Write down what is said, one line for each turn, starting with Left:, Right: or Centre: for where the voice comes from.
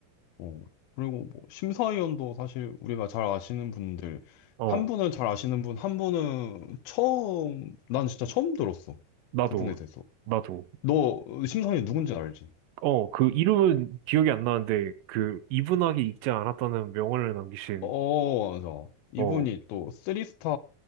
Left: 어. 그리고 뭐, 심사위원도 사실 우리가 잘 아시는 분들,
Right: 어,
Left: 한 분은 잘 아시는 분, 한 분은 처음, 난 진짜 처음 들었어.
Right: 나도,
Left: 그분에 대해서.
Right: 나도.
Left: 너 심사위원 누군지 알지?
Right: 어, 그 이름은 기억이 안 나는데, 그 이분하게 익지 않았다는 명언을 남기신,
Left: 어, 맞아. 이분이
Right: 어,
Left: 또 쓰리스타,